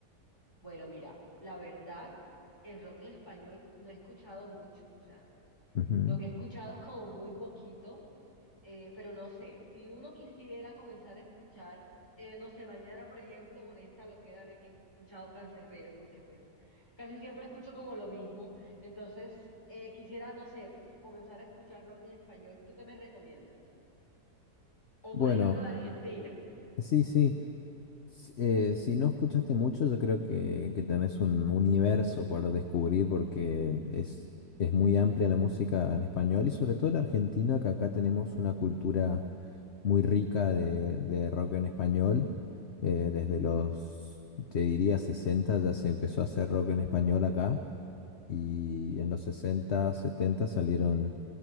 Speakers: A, on the left; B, on the left.
A: Bueno, mira, la verdad, el rock en español no he escuchado mucho. O sea,
B: Ujú.
A: Lo que he escuchado es como muy poquito, eh, pero no sé, si uno quisiera comenzar a escuchar, eh, no sé, mañana, por ejemplo, con esta loquera de que he escuchado Cancerbero, porque pues casi siempre escucho como lo mismo, entonces eh, quisiera, no sé, comenzar a escuchar rock en español, ¿tú qué me recomiendas? O
B: Bueno,
A: por ejemplo de Argentina.
B: sí, sí. Si, eh, si no escuchaste mucho, yo creo que, que tenés un universo por descubrir porque es, es muy amplia la música en español y sobre todo la argentina, que acá tenemos una cultura muy rica de, de rock en español. Eh, desde los, te diría, 60 ya se empezó a hacer rock en español acá y en los 60, 70 salieron